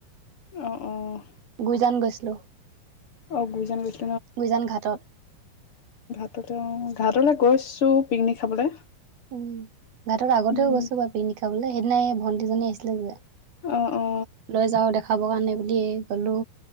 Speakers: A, on the left (about 40°); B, on the right (about 75°).
A: অ', অ'।
B: গুইজান গৈছিলোঁ।
A: অ', গুইজান গৈছি
B: গুইজান ঘাটত?
A: অ', ঘাটলৈ গৈছো পিকনিক খাবলৈ।
B: উম, ঘাটত আগতেও
A: উম
B: গৈছো বাৰু পিকনিক খাবলৈ। সেইদিনাই ভণ্টিজনী আহিছিলে যে
A: অ অ
B: লৈ যাওঁ দেখাব কাৰণে বুলি গ'লো,